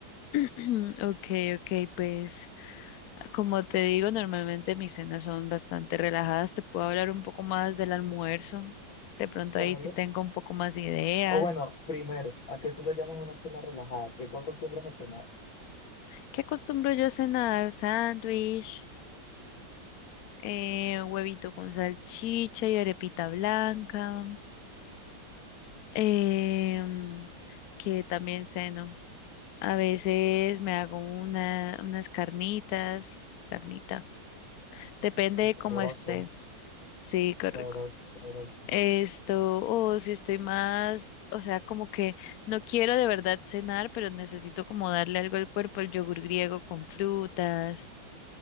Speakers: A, on the left; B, on the left.
A: <clears throat> Okay, okay, pues como te digo, normalmente mis cenas son bastante relajadas. Te puedo hablar un poco más del almuerzo. De pronto
B: ¿Vale?
A: ahí sí tengo un poco más ideas.
B: O bueno, primero, ¿a qué tú le llamas una cena relajada? ¿Qué tú acostumbras a cenar?
A: ¿Qué acostumbro yo a cenar? Sándwich, eh, huevito con salchicha y arepita blanca. em, que también ceno. A veces me hago una, unas carnitas, carnita. Depende
B: Oh,
A: de
B: sabroso,
A: cómo esté. Sí, correcto.
B: sabroso, sabroso.
A: Esto, o si estoy más, o sea, como que no quiero de verdad cenar, pero necesito como darle algo al cuerpo, el yogur griego con frutas